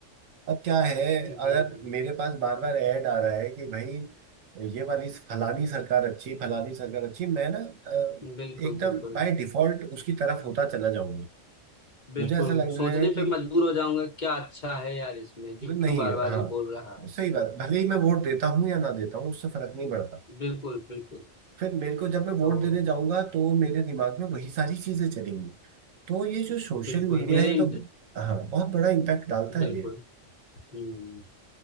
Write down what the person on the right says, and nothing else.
अब क्या है अगर
मेरे पास बार बार ऐड आ रहा है कि भाई ये वाली फलानी सरकार अच्छी फलानी सरकार अच्छी मैं ना अ,
एकदम
बाय डिफॉल्ट उसकी तरफ होता चला जाऊंगा
मुझे ऐसा लगने
लगेगा
कि
नहीं
है
हाँ
सही बात भले ही मैं वोट देता हूँ या ना देता हूँ उससे फर्क नहीं पड़ता
फिर मेरे को जब मैं वोट
देने जाऊंगा तो मेरे दिमाग में वही सारी चीजें चलेंगी तो ये जो सोशल
मीडिया
है
तो हाँ बहुत बड़ा इम्पैक्ट डालता
है ये